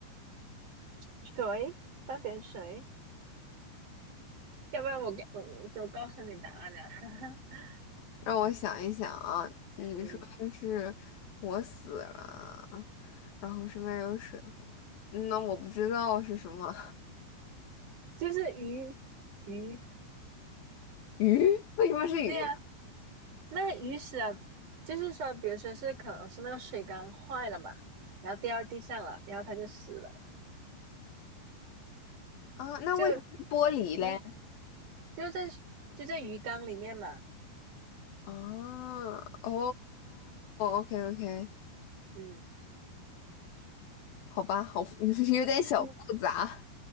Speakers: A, on the right; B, on the left.
A: 水，三点水。<laughs> 要不然我给我我就告诉你答案哈。<laughs>
B: 让我想一想啊，你说是我死了，
A: 嗯，
B: 然后身边有水和……嗯那我不知道是什么
A: 就是鱼鱼，
B: <laughs> 鱼，为什么是鱼
A: 对呀、那鱼死了，就是说，比如说是可能是那个水缸坏了嘛，然后掉到地上了，然后它就死了，
B: 啊？啊那为什么是玻璃嘞？
A: 就嗯，就在就在鱼缸里面嘛，
B: 啊，哦，OK OK。
A: 嗯，
B: 好吧，好复 <laughs> 有点小复杂。
A: <laughs>